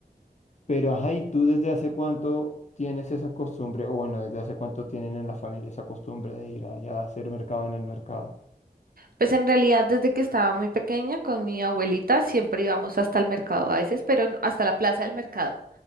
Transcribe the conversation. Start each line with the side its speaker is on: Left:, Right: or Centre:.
Left: Pero, ajá, ¿y tú desde hace cuánto tienes esa costumbre? O bueno, ¿desde hace cuánto tienen en la familia esa costumbre de ir allá a hacer mercado en el mercado?
Right: Pues en realidad desde que estaba muy pequeña con mi abuelita siempre íbamos hasta el mercado a veces, pero no- hasta la plaza del mercado,